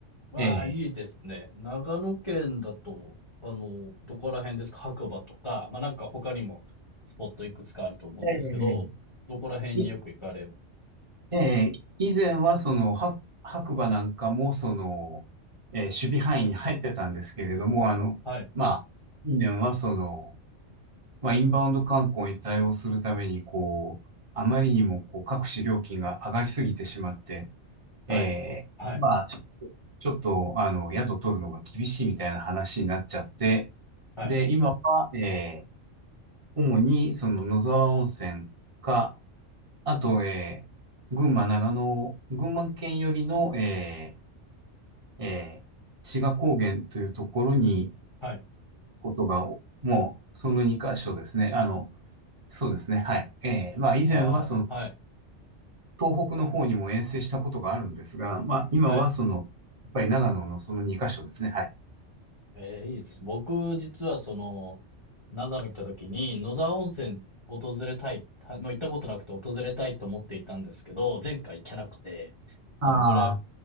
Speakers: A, on the left; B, on the right.
A: わあ、
B: え
A: いいですね。長野県だと、あの、どこら辺ですか白馬とか、まあ、なんか他にもスポットいくつかあると思うんですけど、
B: ーえ
A: どこら辺によく行かれます
B: ーいえー以前は、その、は白馬なんかも、その、えー守備範囲に入ってたんですけれども、あの、
A: はい。
B: まあ、近年は、その、まあ、インバウンド観光に対応するために、こう、あまりにも、こう、各種料金が上がりすぎてしまって、
A: はい。
B: えー、
A: そうです。はい。
B: まあ、ちょっと、ちょっと、あの、宿取るのが厳しいみたいな話になっちゃって、
A: はい。
B: で、今は、えー、主に、その、野沢温泉か、あと、えー、群馬、長野、群馬県寄りの、えー、えー、志賀高原というところに、
A: はい。
B: ことが、もう、その2箇所ですね。あの、そうですね。はい。ええ、まあ以前はその
A: わあ、はい。
B: 東北の方にも遠征したことがあるんですが、まあ今はその、
A: はい。
B: やっぱり長野のその2カ所ですね。はい。
A: ええ、いいですね僕、実はその、長野行った時に、野沢温泉訪れたい、はまあ、行ったことなくて訪れたいと思っていたんですけど、前回行けなくて、なので、
B: ああ、
A: うら、